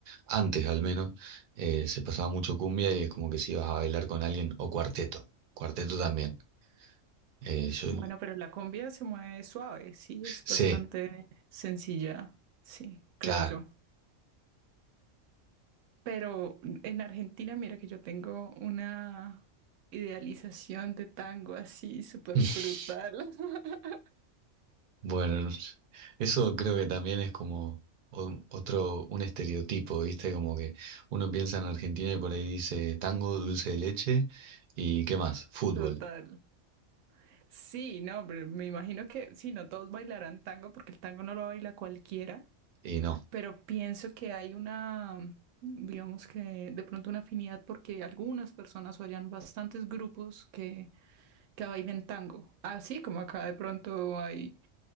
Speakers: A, on the right; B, on the right.
A: antes al menos, eh, se pasaba mucho cumbia y es como que si ibas a bailar con alguien, o cuarteto, cuarteto también. Eh, yo
B: Bueno, pero la cumbia se mueve suave, sí, es
A: sé,
B: bastante sencilla, sí, creo
A: claro.
B: yo. Pero en Argentina, mira que yo tengo una idealización de tango así, súper
A: <laughs>
B: brutal. <laughs>
A: Bueno, eso creo que también es como o- otro, un estereotipo, ¿viste? Como que uno piensa en Argentina y por ahí dice tango, dulce de leche y ¿qué más? Fútbol.
B: Total. Sí, no, pero me imagino que sí, no todos bailarán tango porque el tango no lo baila cualquiera.
A: Y no,
B: pero pienso que hay una, digamos que de pronto una afinidad porque algunas personas o hayan bastantes grupos que, que bailen tango, así como acá de pronto hay